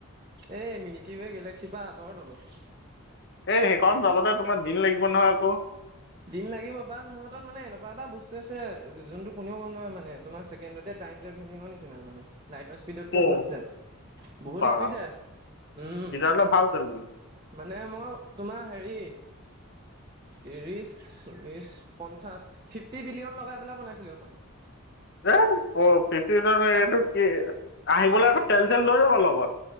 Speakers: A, on the right; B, on the left.
A: এই মিল্কীৱে' গেলেক্সি পৰা আঁতৰত অলপ
B: এ সেইখন যাবতে তোমাৰ দিন লাগিব নহয় আকৌ
A: দিন লাগিব বাট মোৰ হাতত মানে এনেকুৱা এটা বস্তু আছে যোনটো কোনেও গম নাপায় মানে তোমাৰ ছেকেণ্ডতে টাইম ট্ৰভেলিঙৰ নিচিনা মানে লাইটৰ স্পীডত কৈও
B: অ
A: ফাৰ্ছ যায়। বহুত
B: বা
A: স্পিড যাতে উম্
B: তেতিয়াহ'লে ভাল দেখোন
A: মানে মই তোমাৰ হেৰি ত্ৰিছ চল্লিছ পঞ্চাছ ফিফটি বিলিয়ন লগাই পেলাই বনাইছিলোঁ এইখন
B: এ এইটো কি আহিবলৈ আকৌ তেল চেল লৈ যাব লগত